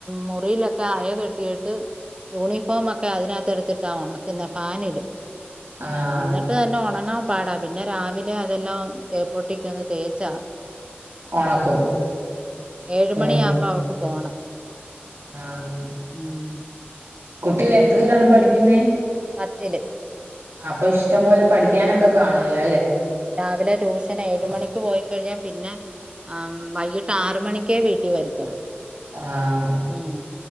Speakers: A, on the right; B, on the right.
A: മുറിയിലൊക്കെ അയ കെ ട്ടിയിട്ട് യൂണിഫോമൊക്കെ അതിനകത്ത് എടുത്തിട്ട ഓണക്കുന്നെ ഫാന് ഇടും.
B: ആഹ്
A: എന്നിട്ട് തന്നെ ഒണങ്ങാ പാടാ പിന്നെ രാവിലെ അതെല്ലാം തേപ്പൊട്ടിക്ക് ഒന്ന് തേച്ച
B: ഒണക്കും
A: ഏഴുമണി
B: ഉം
A: ആവുമ്പോ അവക്ക് പോണം.
B: ആഹ്
A: ഉം
B: കുട്ടി എത്രയിലാണ് പഠിക്കുന്നേ?
A: പത്തില്.
B: ആ അപ്പൊ ഇഷ് ടം പോലെ പഠിക്കാനൊക്കെ കാണുവല്ലോ ല്ലേ?
A: വിലെ ട്യൂഷൻ ഏഴ് മണിക്ക് പോയിക്കഴിഞ്ഞ പിന്നെ ആ മ്മ് വൈകിട്ട് ആറ് മണിക്കേ വീട്ടിൽ വരുത്തുള്ളൂ
B: ആഹ്
A: ഉം